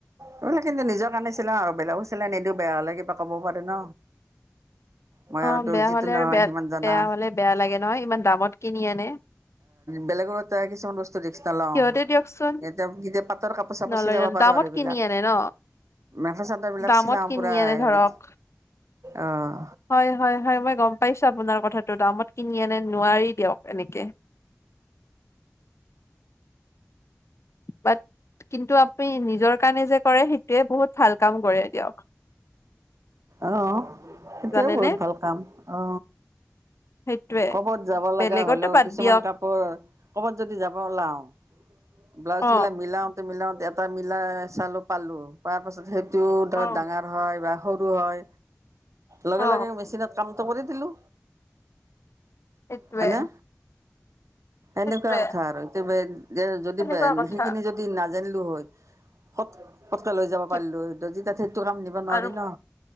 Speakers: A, on the right; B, on the left.
A: এই বোৰ কিন্তু নিজৰ কাৰণে চিলাও আৰু বেলেগৰ চিলাই নিদিও বেয়া হ'লে কিবা কব পাৰে ন। মই
B: অ
A: আৰু তোৰ
B: বেয়া
A: যিটো
B: হ'লে
A: নহয়
B: আৰু বেয়া
A: সিমান জানা
B: বেয়া হ'লে বেয়া লাগে নহয় ইমান দামত কিনি আনে।
A: বেলেগৰ এটা কিছুমান বস্তু ৰিক্স নলওঁ
B: সিহঁতে দিয়কচোন
A: এতিয়া কেটিয়াবা হতৰ কাপোৰ চাপোৰ
B: নলয়
A: চিলাব
B: নলয়
A: পাৰো
B: দামত
A: আৰু এইবিলাক
B: কিনি আনে ন
A: মেখেলা চাদৰ বিলাক
B: দামত
A: চিলাও
B: কিনি
A: পুৰা
B: আনে
A: হেৰি।
B: ধৰক
A: অঁ
B: হয় হয় হয় মই গম পাইছো আপোনাৰ কথাটো দামত কিনি আনে নোৱাৰি দিয়ক এনেকে। পাত কিন্তু আপুনি নিজৰ কাৰণে যে কৰে সেইটোৱে বহুত ভাল কাম কৰে দিয়ক।
A: অ সেইটোৱে
B: জানেনে
A: বহুত ভাল কাম অ।
B: সেইটোৱে
A: ক'বত যাব
B: বেলেগতো
A: লগা হলেও
B: বাদ
A: কিছুমান
B: দিয়ক
A: কাপোৰ ক'বাত যদি যাব ওলাও ব্লাউজ
B: অ
A: গিলা মিলাওতে মিলাওতে এটা মিলাই চালো পালো পাৰ পাছত সেই টো
B: অ
A: ধৰ ডাঙৰ হয় বা সৰু হয়। লগে
B: অ
A: লগে মেচিনত কামটো কৰি দিলো।
B: সেইটোৱে
A: হয়নে এনেকুৱা
B: সেইটোৱে
A: কথা আৰু এ যদি
B: সেনেকুৱা কথা
A: সেইখিনি যদি নাজানিলো হয়। কত পতকে লৈ যাব
B: কি
A: পাৰিলো হয় দৰ্জী তাতে সেইটো কাম নিব নোৱাৰি
B: আৰু
A: ন?